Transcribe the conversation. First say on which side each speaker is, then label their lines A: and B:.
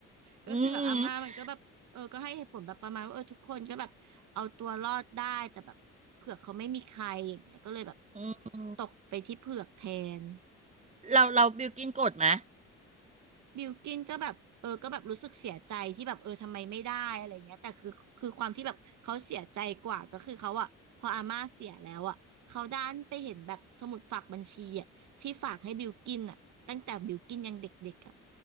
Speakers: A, on the right; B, on the right.
A: ก็คือแบบอาม่ามันก็แบบเออก็ให้เหตุผลแบบประมาณว่าเออทุกคนก็แบบเอาตัวรอดได้แต่แบบเผือกเขาไม่มีใครอย่างเงี้ยก็เลยแบบ
B: อืมอืม
A: ตกไปที่เผือกแทน
B: เราเราบิวกินกดไหม
A: บิลกินก็แบบเออก็แบบรู้สึกเสียใจที่แบบเออทำไมไม่ได้อะไรเงี้ยแต่คือคือความที่แบบเขาเสียใจกว่าก็คือเขาอะพออาม่าเสียแล้วอะเขาด้านไปเห็นแบบสมุดฝากบัญชีอะที่ฝากให้บิลกินอะตั้งแต่บิลกินยังเด็กๆอะ